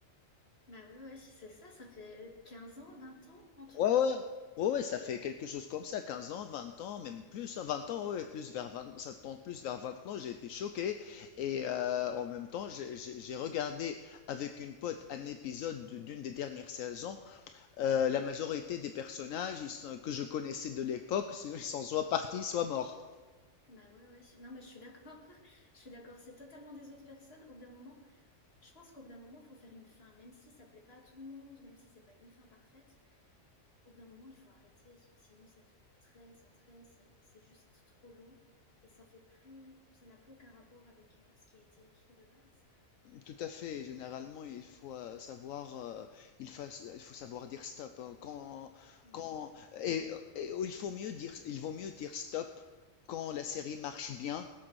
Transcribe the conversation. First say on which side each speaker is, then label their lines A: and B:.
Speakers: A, on the left; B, on the left.
A: Bah oui, ouais, c'est ça. Ça fait 15 ans, 20 ans, en tout
B: Ouais,
A: cas.
B: ouais, ouais, ouais, ça fait quelque chose comme ça, 15 ans, 20 ans, même plus, hein, 20 ans, ouais, plus vers 20, ça tombe plus vers 20 ans, j'ai été choqué. Et euh, en même temps, j'ai j'ai- j'ai regardé avec une pote un épisode de- d'une des dernières saisons. Euh, la majorité des personnages ils sont- que je connaissais de l'époque, <laughs> ils sont soit partis, soit morts.
A: Bah ouais, ouais. Non, mais je suis d'accord. <laughs> Je suis d'accord. C'est totalement des autres personnes. Au bout d'un moment, Je pense qu'au bout d'un moment, il faut faire une fin, même si ça plaît pas à tout le monde, même si c'est pas une fin parfaite. Au bout d'un moment, il faut arrêter, Si, sinon ça traîne, ça traîne, c'est c'est juste trop long et ça fait plus, ça n'a plus aucun rapport avec euh, ce qui a été écrit de base.
B: Tout à fait. Généralement, il faut euh, savoir, euh, il faut, il faut savoir dire stop. hein. Quand,
A: Ouais.
B: quand, et, et il faut mieux dire, il vaut mieux dire stop quand la série marche bien